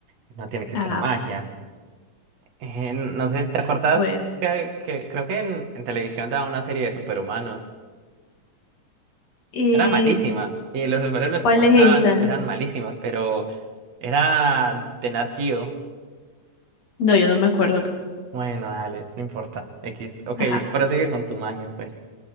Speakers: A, on the right; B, on the left.
A: No tiene que
B: Ah,
A: ser magia. Eh, no sé, ¿te acordás
B: bueno.
A: que, que creo que en, en televisión daba una serie de superhumanos?
B: Eh,
A: Era malísima. Y los superhéroes
B: ¿cuál
A: que mostraban
B: es esa?
A: eran malísimos, pero era de Nat Geo.
B: No, yo no me acuerdo.
A: Bueno, dale, no importa. X. Ok,
B: Ajá.
A: prosigue
B: <laughs>
A: con tu maña, pues.